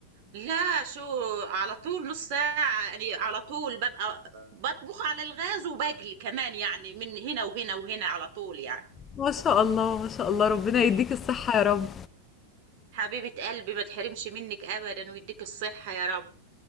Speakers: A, on the right; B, on the left.
A: لا شو على طول نص ساعة يعني على طول ببقى بطبخ على الغاز وبجلي كمان يعني من هنا وهنا وهنا على طول يعني
B: ما شاء الله ما شاء الله ربنا يديك الصحة يا رب
A: حبيبة قلبي ما تحرمش منك ابدا ويديك الصحة يا رب